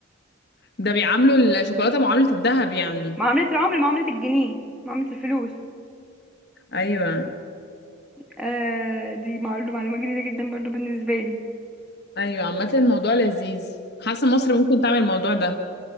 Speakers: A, on the left; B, in the centre.
A: ده بيعاملوا الشوكولاتة معاملة الذهب يعني
B: معاملة العمر معاملة الجنيه معاملة الفلوس
A: ايوه
B: آه دي معلومة معلومة جديدة جدا برضو بالنسبة لي
A: ايوه عامة الموضوع لذيذ حاسة مصر ممكن تعمل الموضوع ده